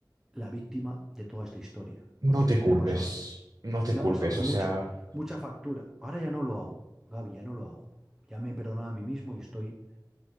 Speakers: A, in the centre; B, on the right (about 55°).
A: la víctima de toda esta historia,
B: no
A: porque
B: te
A: a mí
B: culpes,
A: me ha pasado,
B: no te
A: me
B: culpes.
A: ha pasado
B: O
A: mucha,
B: sea,
A: mucha factura. Ahora ya no lo hago, Gaby, ya no lo hago. Ya me he perdonado a mí mismo y estoy